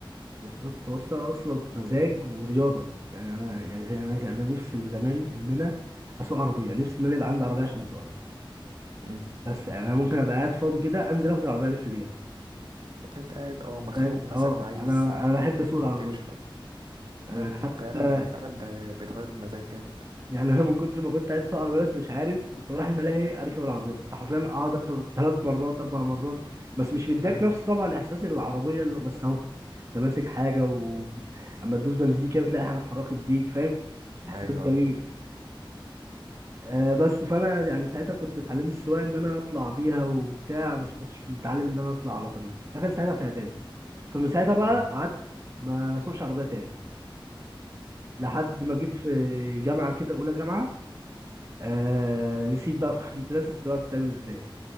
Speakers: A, on the right; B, on the right.
A: بالظبط هو السواقة اصلا مزاج ورياضة يعني انا يعني انا انا نفسي من زمان ان انا اسوق عربية نفسي ان انا يبقى عندي عربية عشان اسوقها
B: مم.
A: بس يعني انا ممكن ابقى قاعد فاضي كده انزل اخد العربية الف بيها
B: اللي انت قاعد اه مخنوق
A: فاهم
B: مثلا
A: اه
B: عايز
A: انا انا بحب
B: تطلع
A: اسوق العربية
B: تمشي شويه
A: يعني
B: لا
A: حتى
B: فعلا هي فعلا ده بتغير المزاج جامد
A: يعني انا من كتر ما كنت عايز اسوق عربيه بس مش عارف كنت بروح الملاهي اركب العربيه كنت حرفيا اقعد اركب ثلاث مرات اربع مرات بس مش مديك
B: اه
A: نفس طبعا الاحساس اللي العربيه اللي بس اهو انت ماسك حاجه وب... اما تدوس بنزين كده بتلاقي حاجه اتحركت بيك فاهم احساس
B: ايوه
A: جميل آه بس فانا يعني ساعتها كنت اتعلمت السواقه ان انا اطلع بيها وبتاع بس ما كنتش متعلم ان انا اطلع على طريق ده كان ساعتها في اعدادي فمن ساعتها بقى
B: امم
A: قعدت ما اسوقش عربيه تاني لحد ما جيت في جامعه كده اولى جامعه آه نسيت بقى <laughs> كنت ناسي السواقه بتعمل ازاي